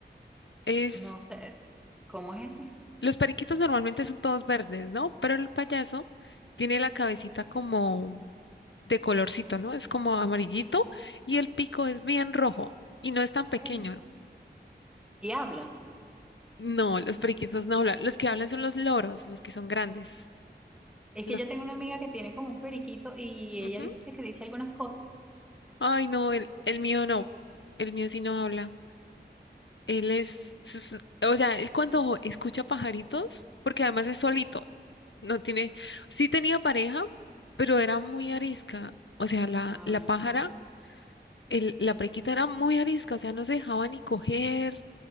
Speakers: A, on the left; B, in the centre.
A: Es,
B: No sé, ¿cómo es ese?
A: los periquitos normalmente son todos verdes, ¿no? Pero el payaso tiene la cabecita como de colorcito, ¿no? Es como amarillito y el pico es bien rojo y no es tan pequeño.
B: A ver, y habla.
A: No, los periquitos no hablan. Los que hablan son los loros, los que son grandes.
B: Es
A: Los...
B: que yo tengo una amiga que tiene como un periquito y
A: ujú.
B: ella dice que dice algunas cosas.
A: Ay, no, el, el mío no. El mío sí no habla. Él es, sus- o sea, él cuando escucha pajaritos, porque además es solito, no tiene, sí tenía pareja, pero era muy arisca. O sea, la,
B: Ah,
A: la
B: ok.
A: pájara, el, la prequita era muy arisca, o sea, no se dejaba ni coger.